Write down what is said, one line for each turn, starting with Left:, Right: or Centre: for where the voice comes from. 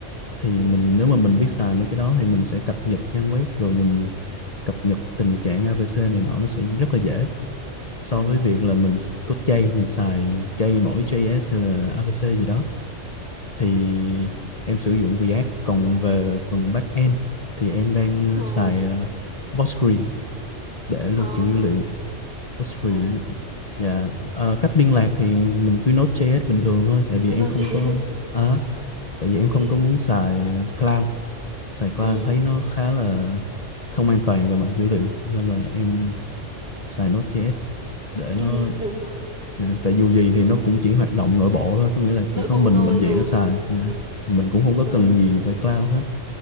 Left: thì
Right: ừ
Left: mình nếu mà mình biết xài mấy cái đó thì mình sẽ cập nhật trang web rồi mình cập nhật tình trạng ABC này nọ nó sẽ rất là dễ so
Right: ừ
Left: với việc là mình có chay mình xài chay mỗi JS hay là ABC gì đó thì em sử dụng React còn về phần backend thì em đang
Right: ồ
Left: ờ, xài ờ, Postgre để lưu
Right: ờ
Left: trữ dữ liệu Postgre
Right: trời
Left: dạ ờ, cách liên lạc thì mình cứ Node.js bình thường thôi tại vì
Right: cứ
Left: em
Right: nói
Left: không
Right: chuyện
Left: có
Right: <laughs>
Left: à, tại vì em không
Right: ừ
Left: có muốn xài ờ, cloud xài cloud
Right: ừ
Left: em thấy nó khá là không an toàn về mặt dữ liệu nên là em xài Node.js để
Right: ừ
Left: nó
Right: đúng rồi
Left: Dạ, tại dù gì thì nó cũng chỉ hoạt động nội bộ thôi có nghĩa là chỉ
Right: nội
Left: có
Right: bộ
Left: mình
Right: thôi
Left: bệnh viện
Right: ừ
Left: nó xài dạ. mình cũng không có
Right: đúng
Left: cần gì phải cloud hết